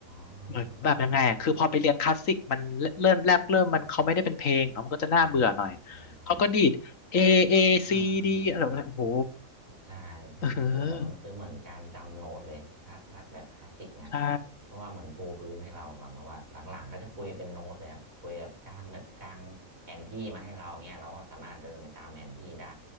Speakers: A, on the right; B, on the left.
A: เออเออ
B: เหมือนแบบยังไงอะคือพอไปเรียนคลาสสิกมันเริ่มแรกเริ่มมันเขาไม่ได้เป็นเพลงเนาะมันก็จะน่าเบื่อหน่อย
A: เอออ่าใช่ใช่
B: เขาก็ดีด A A
A: อ่าอ่า
B: C D อะไรแบบโอ้โห
A: ใช่ใช่คือแบบมันคือเหมือนการจำโน้ตเลยถ้าถ้าแบบคลาสสิกนะ
B: เออใช่
A: เพราะว่าเหมือนปูพื้นให้เราก่อนเพราะว่าหลังๆก็จะคุยเป็นโน้ตเลยครับคุยแบบกลางแบบกลางแผนที่มาให้เราเงี้ยเราก็สามารถเดินไปตามแผนที่ได้